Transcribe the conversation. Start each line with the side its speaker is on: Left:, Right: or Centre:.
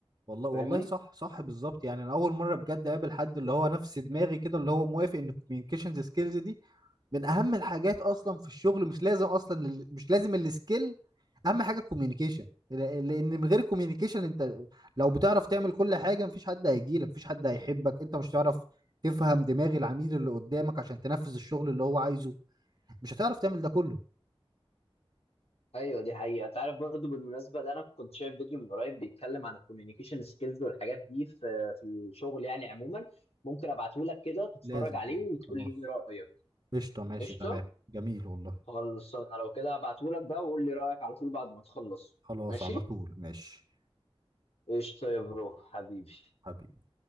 Right: والله والله
Left: فاهمني
Right: صح صح بالظبط يعني انا اول مره بجد اقابل حد اللي هو نفس دماغي كده اللي هو موافق ان الكوميونيكيشنز سكيلز دي من اهم الحاجات اصلا في الشغل مش لازم اصلا ال- مش لازم السكيل اهم حاجه الكوميونيكيشن ل- لان من غير الكوميونيكيشن انت لو بتعرف تعمل كل حاجه مفيش حد هيجيلك مفيش حد هيحبك انت مش هتعرف تفهم دماغ العميل اللي قدامك عشان تنفذ الشغل اللي هو عايزه مش هتعرف تعمل ده كله
Left: ايوه دي حقيقه انت عارف برضو بالمناسبه ده انا كنت شايف فيديو من قريب بيتكلم عن الكوميونيكيشن سكيلز والحاجات دي في في الشغل يعني عموما ممكن ابعته لك كده تتفرج
Right: لازم
Left: عليه
Right: ماشي،
Left: وتقول
Right: خلاص
Left: لي ايه رايك
Right: قشطه ماشي
Left: قشطه
Right: تمام جميل والله
Left: خلص انا لو كده هبعتهولك بقى وقول لي رأيك على طول بعد ما تخلص
Right: خلاص
Left: ماشي
Right: على طول ماشي
Left: قشطة يا برو حبيبي
Right: حبيبي